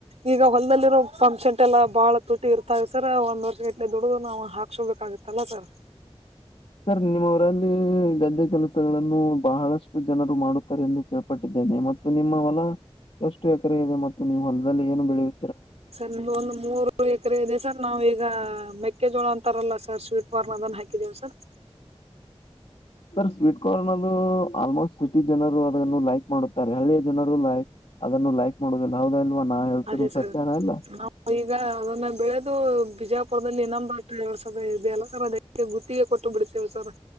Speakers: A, on the right (about 80°); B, on the left (about 60°).
A: ಈಗ ಹೊಲ್ದಲ್ಲಿರೋ ಪಂಪ್ ಶಂಟ್ ಎಲ್ಲ ಬಾಳ ತುಟ್ಟಿ ಇರ್ತಾವೆ ಸರ ಒಂದ ವರ್ಷ ಗಟ್ಲೆ ದುಡುದು ನಾವ ಹಾಕ್ಸೋಬೇಕಾಗುತ್ತ ಅಲ್ಲ ಸರ್
B: ಸರ್ ನಿಮ್ಮ ಊರಲ್ಲಿ ಗದ್ದೆ ಕೆಲಸಗಳನ್ನು ಬಹಳಷ್ಟ ಜನರು ಮಾಡುತ್ತಾರೆ ಎಂದು ಕೇಳ್ಪಟ್ಟಿದ್ದೇನೆ ಮತ್ತು ನಿಮ್ಮ ಹೊಲ ಎಷ್ಟು ಎಕರೆ ಇದೆ ಮತ್ತು ನೀವು ಹೊಲದಲ್ಲಿ ಏನು ಬೆಳೆಯ
A: ಸರ್ ನಮ್ದು ಒಂದ ಮೂರ ಮೂರ್ ಎಕ್ರೆ ಇದೆ ಸರ್ ನಾವೀಗ ಮೆಕ್ಕೆಜೋಳ ಅಂತಾರಲ್ಲ ಸರ್ ಸ್ವೀಟ್ ಕಾರ್ನ್ ಅದನ್ನ ಹಾಕಿದ್ದೇವಿ ಸರ್.
B: ಸರ್ ಸ್ವೀಟ್ ಕಾರ್ನ್ ಅದೂ ಆಲ್ಮೋಸ್ಟ್ ಸಿಟಿ ಜನರು ಅದನ್ನು ಲೈಕ್ ಮಾಡುತ್ತಾರೆ ಹಳ್ಳಿಯ ಜನರು ಲೈಕ್ ಅದನ್ನು ಲೈಕ್ ಮಾಡುದೀಲ್ಲ ಹೌದಾ ಇಲ್ವಾ ನಾ ಹೇಳ್ತಿರೋದ
A: ಅದೇ ಸರ್
B: ಸತ್ಯನಾ ಇಲ್ಲಾ.
A: ನಾವು ಈಗ ಅದನ್ನ ಬೆಳೆದು ಬಿಜಾಪುರದಲ್ಲಿ ಇನ್ನೊಂದ <unintelligible> ಇದೆಯಲ್ಲ ಸರ್ ಅದೇ ಗುತ್ತಿಗೆ ಕೊಟ್ಟು ಬಿಡ್ತೇವ ಸರ್